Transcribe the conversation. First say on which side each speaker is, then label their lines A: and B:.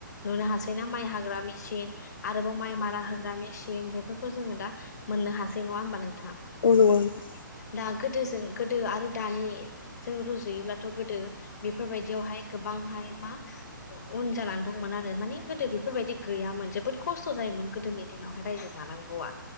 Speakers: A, on the left; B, on the left.
A: नुनो हासै ना? माइ हाग्रा मेचिन आरोबाव माइ मारा होग्रा मेचिन बेफोरखौ जोङो दा मोननो हा सै नङा होमबा नोंथां
B: औ नंगौ नोंथां
A: दा गोदोजों गोदो आरो दानिजों रुजुयोब्लाथ' जों गोदो बेफोरबायदियावहाय गोबांहाय मा औव उन जानानै दंमोन आरो माने गोदो बेफोरबायदि गैयामोन जोबोद खस्थ जायोमोन गोदोनि नि दिनावहाय रायजो जानांगौआ